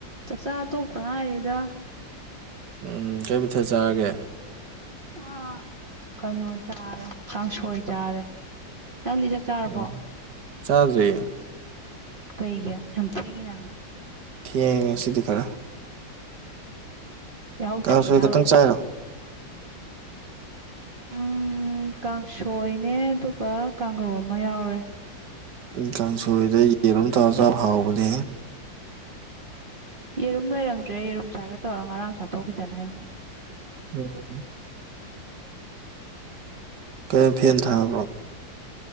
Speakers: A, on the right; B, on the right.
A: ꯆꯥꯛꯆꯥ ꯇꯣꯛꯇ ꯉꯥꯏꯔꯤꯗ
B: ꯎꯝ ꯀꯩꯕꯨꯊ ꯆꯥꯑꯒꯦ
A: ꯑ ꯀꯩꯅꯣ ꯆꯥꯔꯦ ꯀꯥꯡꯁꯣꯏ ꯆꯥꯔꯦ ꯅꯪꯗꯤ ꯆꯥꯔꯕꯣ
B: ꯎꯝ ꯆꯖ
A: ꯀꯩꯒꯤ ꯌꯥꯝ ꯊꯦꯡꯉꯤꯅ
B: ꯊꯤꯡ ꯁꯤꯗꯤ ꯀꯔ
A: ꯌꯥꯍꯧ
B: ꯀꯥꯡꯁꯣꯏ
A: ꯊꯦꯡꯉꯤꯔꯕ
B: ꯛꯇꯪ ꯆꯥꯏꯔꯣ
A: ꯎꯝ ꯀꯥꯡꯁꯣꯏꯅꯦ ꯑꯗꯨꯒ ꯀꯥꯡꯍꯧ ꯑꯃ ꯌꯥꯎꯔꯦ
B: ꯀꯥꯡꯁꯣꯏꯗ ꯌꯦꯟꯣꯝ ꯇꯧꯔ ꯆꯥꯕ ꯍꯥꯎꯕꯅꯦ
A: ꯌꯦꯔꯨꯝ ꯂꯩꯔꯝꯗ꯭ꯔꯦ ꯌꯦꯔꯨꯝ ꯆꯥꯒꯦ ꯇꯧꯔ ꯉꯔꯥꯡ ꯆꯥꯊꯣꯛꯈꯤꯗꯅ ꯍꯥꯏ
B: ꯎꯝ ꯀꯔꯣꯝ ꯐꯦꯟ ꯊꯥꯕ꯭ꯔꯣ